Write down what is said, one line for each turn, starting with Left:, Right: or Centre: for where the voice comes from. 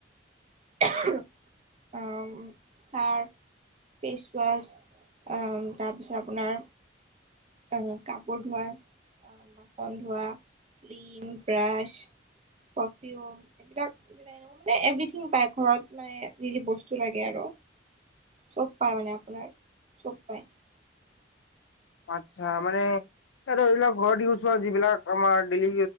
Right: অ' ছাৰ্ফ ফেচৱাছ আ তাৰপিছত আপোনাৰ আহ কাপোৰ ধোৱা আহ বাচন ধোৱা ক্ৰিম ব্ৰাছ পাৰফিউম এইবিলাক এনেকুৱা মানে এভৰিথিং পায় ঘৰত মানে যি যি বস্তু লাগে আৰু চব পায় মানে আপোনাৰ চব পায়।
Left: আচ্ছা মানে এইবিলাক ঘৰত ইউজ হোৱা যিবিলাক আমাৰ ডেইলি